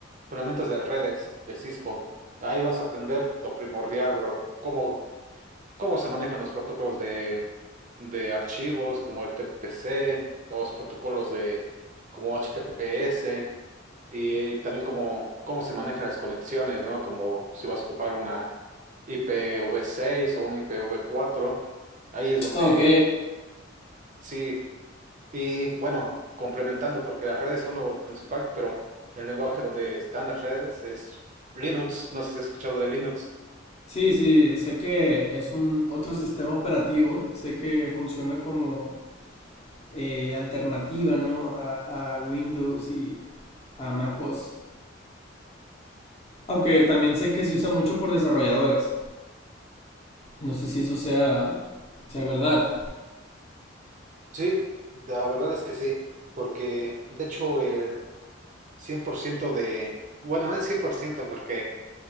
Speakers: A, on the right (about 40°); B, on the left (about 35°).
A: fundamentos de redes de Cisco. Ahí vas a aprender lo primordial, bro, cómo, cómo se manejan los protocolos de, de archivos, como el TPC, los protocolos de como HTTPS, y eh, también cómo, cómo se manejan las conexiones, ¿no? Como si vas a ocupar una IPv6 o un IPv4. Ahí es donde
B: Ok,
A: sí. Y bueno, complementando, porque las redes son lo principal, pero el lenguaje donde están las redes es Linux. No sé si has escuchado de Linux.
B: sí, sí, sé que es un otro sistema operativo, sé que funciona como eh, alternativa, ¿no? A, a Windows y, a MacOS. Aunque también sé que se usa mucho por desarrolladores. No sé si eso sea, sea verdad.
A: Sí, la verdad es que sí. Porque, de hecho, el 100% de, bueno, no es 100% porque